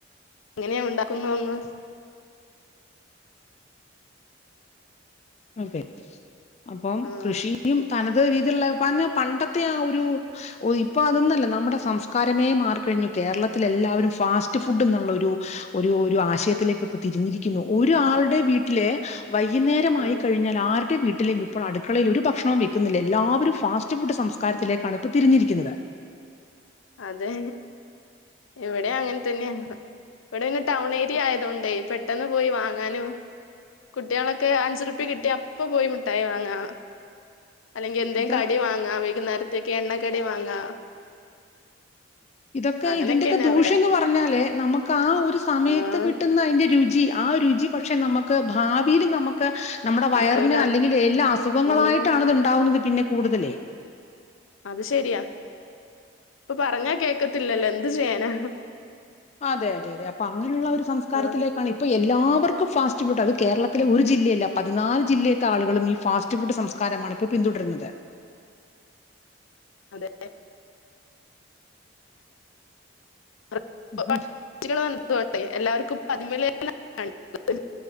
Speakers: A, on the left; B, on the left.
A: എങ്ങനെ ഉണ്ടാക്കുന്നതൊന്നും
B: അതേ അപ്പൊം
A: ഉം
B: കൃഷിയും തന ത് രീതിള്ള പഞ് പണ്ടത്തെ ആ ഒരു ഓ ഇപ്പൊ അതൊന്നല്ല നമ്മുടെ സംസ്കാരമെ മാറിക്കഴിഞ്ഞു. കേരളത്തിലെല്ലാവരും ഫാസ്റ്റ് ഫുഡ്‌ ന്നുള്ള ഒരു ഒരു ഒരു ആശയത്തിലേക്ക്പ്പോ തിരിഞ്ഞിരിക്കുന്നു. ഒരാള്ടെയും വീട്ടിലെ വൈയ്ന്നേരമായി
A: ആഹ്
B: കഴിഞ്ഞാൽ ആര്ടെ വീ ട്ടിലിം ഇപ്പൊ അടുക്കളേൽ ഒരുഭക്ഷണോം വിക്കുനില്ല. എല്ലാവരെ ഫാസ്റ്റ് ഫുഡ്‌ സംസ്കാരത്തേക്കാനിപ്പോ തിരിഞ്ഞിരിക്കുന്നത്.
A: അതേ ഇവിട്യേ അങ്ങൻ തന്ന്യാ. വടെ പിന്നെ ടൌൺ ഏരിയ ആയതോണ്ടേ പെട്ടെന്ന് പോയി വാങ്ങാനും കുട്ട്യാളൊക്കെ അഞ്ചുർപ്യ കിട്ട്യാ അപ്പൊ പോയി മുട്ടായി വാങ്ങാ. അല്ലെങ്കി എന്തേം
B: ഇത്
A: കടി വാങ്ങാ വൈകുന്നേര തെക്കെ എണ്ണക്കടി വാങ്ങാ.
B: ഇതൊക്കെ
A: അങ്ങനെയൊക്കെന്നെ
B: ഇതിന്റൊക്കെ ദൂഷ്യം
A: ഇവിടെ
B: ന്ന് പറഞ്ഞാല് നമ്മക്കാ ഒരു സമയത്ത്
A: ആഹ്
B: കിട്ടുന്ന അയ്‌ന്റെ രുചി. ആ രുചി പക്ഷെ നമ്മുക്ക് ഭാവീൽ നമ്മുക്ക് നമ്മുടെ
A: കിട്ടൂല
B: വയറിന് അല്ലെങ്കിൽ എല്ല അസുഖങ്ങളായിട്ടാണിത്
A: ഉം
B: ണ്ടാവുന്നത്. പിന്നെ കൂടുതലേ
A: അത് ശെര്യാ പ്പോ പറഞ്ഞ കേക്കത്തില്ലല്ലോ എന്ത് ചെയ്യാനാ.
B: അതെ യതെ യതെ അപ്പൊ അങ്ങനുള്ള ആ ഒരു സംസ്കാരത്തിലേക്കാണ്
A: ആഹ്
B: ഇപ്പൊ എല്ല ല്ലാവർക്കും ഫാസ്റ്റ് ഫുഡ്‌ അത് കേരളത്തിലെ ഒര് ജില്ലയല്ല പതിനാല് ജില്ലേതെ ആളുകളും ഈ ഫാസ്റ്റ്ഫൂഡ് സംസ്കാരമാണ് പിന്തുടരുന്നത്.
A: അതെ <unintelligible>
B: അപ്പം
A: <unintelligible> തെ എല്ലാവർഅതിൻ മേലെ അല്ല